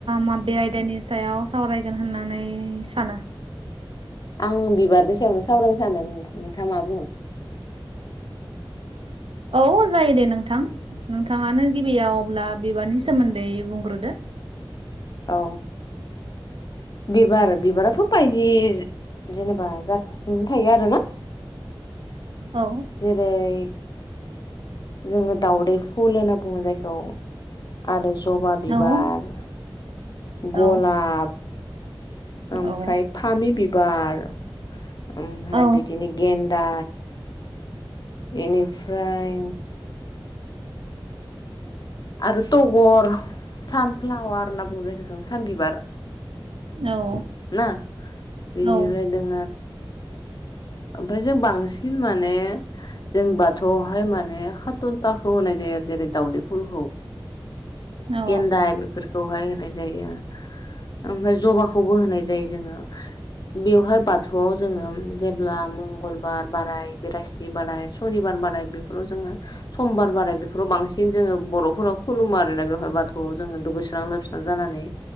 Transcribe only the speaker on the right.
माबे आयदानि सायाव सावरायगोन होननानै सानो।
औ जायो दे नोंथां नोंथाङानो गिबियाव अब्ला बिबारनि सोमोन्दै बुंग्रोदो।
औ
औ
औ
औ
औ
औ
औ
औ